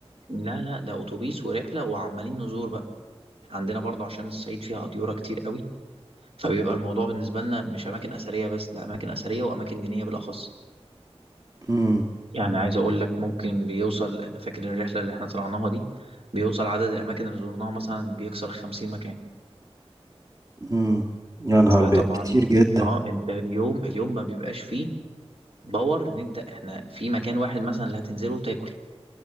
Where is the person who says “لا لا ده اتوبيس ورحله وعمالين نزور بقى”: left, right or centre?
Right